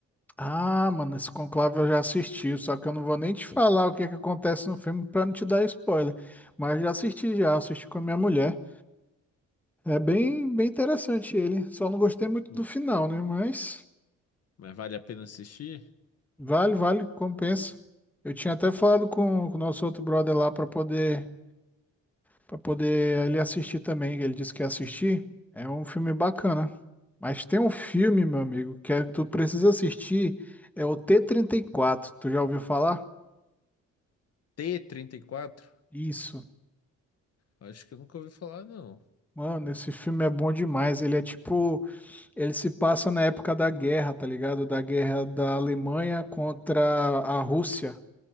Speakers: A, in the centre; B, on the left.
A: Ah, mano, esse Conclave eu já assisti, só que eu não vou nem te falar o que que acontece no filme pra não te dar spoiler. Mas já assisti, já assisti com a minha mulher. É bem, bem interessante ele. Só não gostei muito
B: Hum,
A: do final, né? Mas
B: Mas vale a pena assistir?
A: vale, vale, compensa. Eu tinha até falado com com o nosso outro brother lá pra poder para poder ele assistir também. Ele disse que ia assistir. É um filme bacana. Mas tem um filme, meu amigo, que é- tu precisa assistir. É o t trinta e quatro. Tu já ouviu falar?
B: t trinta e quatro.
A: Isso.
B: Acho que eu nunca ouvi falar, não.
A: Mano, esse filme é bom demais. Ele é tipo, ele se passa na época da guerra, tá ligado? Da guerra da Alemanha contra a Rússia.